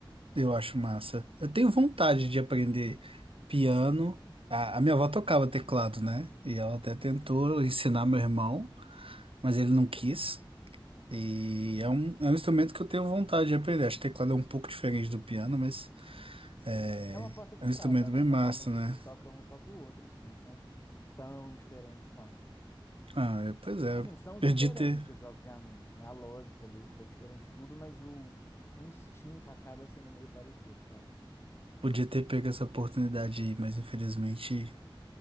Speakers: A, on the right; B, on the left.
A: eu acho massa. Eu tenho vontade de aprender piano. A, a minha avó tocava teclado, né? E ela até tentou ensinar meu irmão, mas ele não quis. E é um, é um instrumento que eu tenho vontade de aprender. Acho que teclado é um pouco diferente do piano, mas é,
B: É uma porta de
A: é
B: entrada,
A: um instrumento
B: né?
A: bem
B: Normalmente
A: massa, né?
B: quem toca um toca o outro, sim, não são tão diferentes, não.
A: Ah, pois é.
B: Assim, são
A: Perdi
B: diferentes,
A: ter.
B: obviamente, né? A lógica deles é diferente de tudo, mas o, o instinto acaba sendo meio parecido, sabe?
A: Podia ter pego essa oportunidade aí, mas infelizmente.